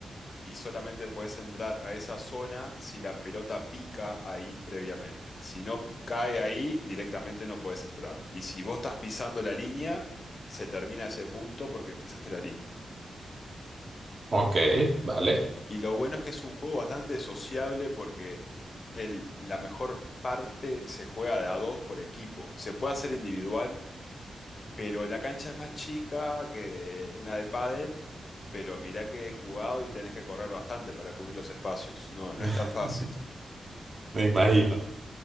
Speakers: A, on the left; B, on the right.
A: y solamente podés entrar a esa zona si la pelota pica ahí previamente. Si no cae ahí, directamente no podés entrar. Y si vos estás pisando la línea, se termina ese punto porque pisaste la línea.
B: ok, vale.
A: Y lo bueno es que es un juego bastante sociable porque el- la mejor parte se juega de a dos por equipo. Se puede hacer individual, pero la cancha es más chica que una de pádel. Pero mirá que he jugado y tenés que correr bastante para cubrir los espacios. No, no
B: <laughs>
A: es tan fácil.
B: Me imagino.